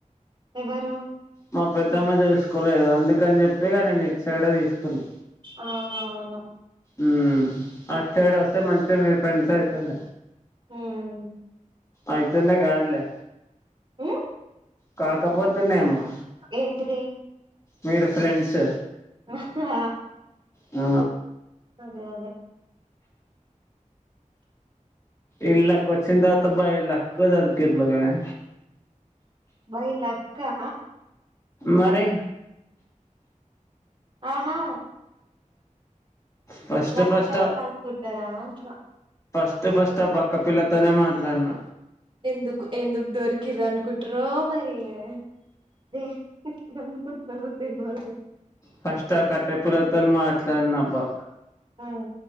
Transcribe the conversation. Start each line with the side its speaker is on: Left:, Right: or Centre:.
Right: ఎవరు
Left: మా పెద్దమ్మ చూసుకోలేదు అందుకని చెప్పి ఇగ నేను ఇట్ సైడ్ తీసుకున్నా
Right: అవునవును
Left: ఊ అట్ సైడ్ వస్తే మంచిగా మీ ఫ్రెండ్స్ అయితుండ
Right: హ్మ్
Left: అయితుండే కారులే
Right: ఉ
Left: కాకపోతెనెమో
Right: ఏంటిది
Left: మీరు ఫ్రెండ్స్
Right: వచ్చా
Left: ఆ
Right: అదే అదే
Left: ఇల్లా కొచ్చిందావాత బై ఇల్లా కుదర్ కీర్ లాగాయే
Right: బై లక్కా
Left: మరీ
Right: ఆహా
Left: ఫస్ట్
Right: నక్ష
Left: ఫస్ట్
Right: సంస్కుటరా అనుకుంటున్న
Left: అయితే ఫస్ట్ ఆ బక్క పిల్లతోనే మాట్లాడిన
Right: ఎందుకు ఎందుకు దొరికిరానుకుంట్ర మరీ ఏ అదే ఎందుకు వస్తారో తెల్వదు గా
Left: ఫస్ట్ ఆ కట్టెపులతో మాట్లాడినబ్బా
Right: ఆ